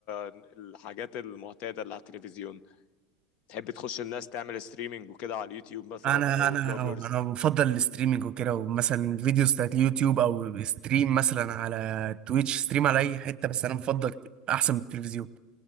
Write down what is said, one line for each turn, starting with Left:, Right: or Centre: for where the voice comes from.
Left: الحاجات المعتادة اللي على التلفزيون تحب تخش الناس تعمل ستريمينج وكده على اليوتيوب مثلا
Right: أنا
Left: او
Right: أنا
Left: بلوجرز
Right: أو أنا بفضل الاستريمينج وكده ومثلا فيديوز بتاعت اليوتيوب أو ستريم مثلا على تويتش ستريم على أي حتة بس أنا بفضل أحسن من التلفزيون